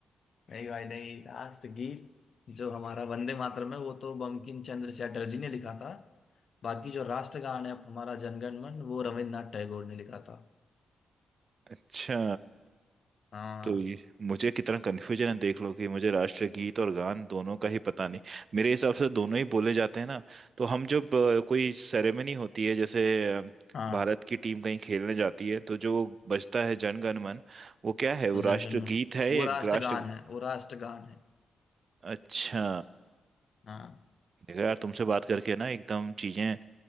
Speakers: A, on the left; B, on the right.
A: नहीं भाई नहीं लास्ट गीत जो हमारा वंदे मातरम है वो तो बंकिम चंद्र चटर्जी ने लिखा था बाकी जो राष्ट्रगान है हमारा जनगण मन वो रविन्द्रनाथ टैगोर ने लिखा था
B: अच्छा
A: हाँ
B: तो ये मुझे कितना कन्फ्यूजन है देख लो कि मुझे राष्ट्रगीत और गान दोनों का ही पता नहीं मेरे हिसाब से दोनों ही बोले जाते हैं ना तो हम जब अ, कोई सेरेमनी होती है जैसे अ,
A: हाँ
B: भारत की टीम कहीं खेलने जाती है तो जो बजता है जन गण मन वो क्या है वो
A: वो जनगण
B: राष्ट्रगीत
A: मन
B: है या
A: वो राष्ट्रगान
B: राष्ट्र
A: है वो राष्ट्रगान है
B: अच्छा
A: हाँ
B: देखो यार तुमसे बात करके ना एकदम चीजें